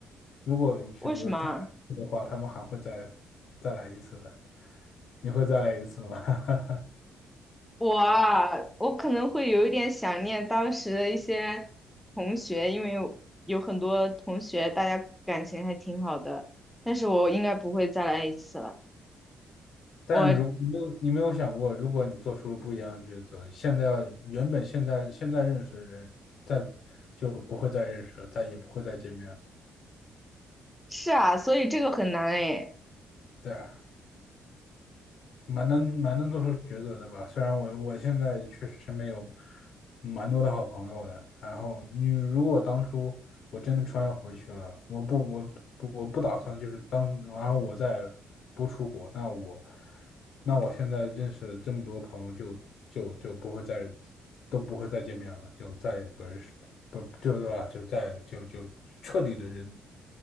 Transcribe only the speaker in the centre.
为什么啊
我啊，我可能会有一点想念当时的一些同学，因为有有很多同学大家感情还挺好的，但是我应该不会再来一次了。
我
是啊，所以这个很难诶。